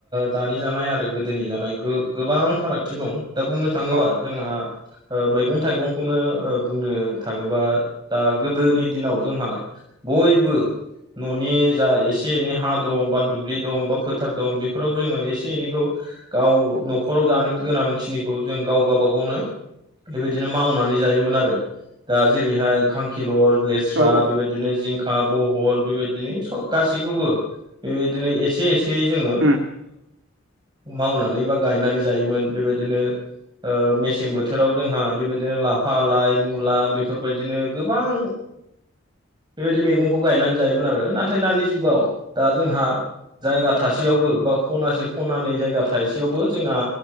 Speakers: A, on the right; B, on the right.
A: दानि जानाय आरो गोदोनि जानाय गोबां फारागथि दं दा बुंनो थाङोबा
B: औ
A: जोंहा मैगं थाइगंखौनो बुंनो थाङोबा दा गोदोनि दिनाव जोंहा बयबो न'नि जा एसे एनै हा दं बा दुब्लि दं बा फोथार दं बेफोराव जोङो एसे एनैखौ गाव
B: औ
A: न'खराव जानो गोनांखिनिखौ जों गाव गावबा गावनो बेबायदिनो मावनानै जायोमोन आरो दा जेरैहाय खांखिलर लेस स्रा
B: औ औ
A: बेबायदिनो जिंखा बहल बेबायदिनो गासैखौबो बेबायदिनो एसे एसेयै जोङो
B: उम
A: मावनानै बा गायनानै जायोमोन बेबायदिनो मेसें बोथोराव जोंहा बेबायदिनो लाफा लाइ मुला बेफोरबायदिनो गोबां
B: <inaudible>
A: बेबायदि मैगंखौ गायनानै जायोमोन आरो नाथाय दानि जुगाव दा जोंहा जायगा थासेयावबो बा खनासे खनानै जायगा थाइसेयावबो जोंहा